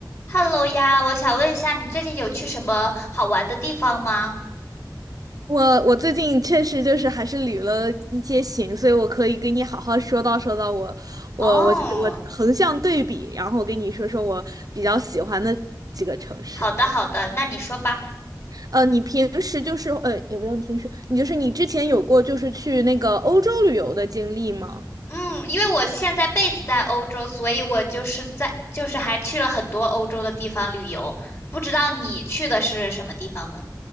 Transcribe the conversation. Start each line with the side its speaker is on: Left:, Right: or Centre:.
Left: Hello 呀，我想问一下，你最近有去什么好玩的地方吗？
Right: 我我最近确实就是还是旅了一些行，所以我可以给你好好说道说道我我我我横向对比，
Left: 哦，
Right: 然后跟你说说我比较喜欢的几个城市。
Left: 好的好的，那你说吧。
Right: 呃，你平时就是呃，也不用平时，你就是你之前有过就是去那个欧洲旅游的经历吗？
Left: 嗯，因为我现在 base 在欧洲，所以我就是在就是还去了很多欧洲的地方旅游。不知道你去的是什么地方呢？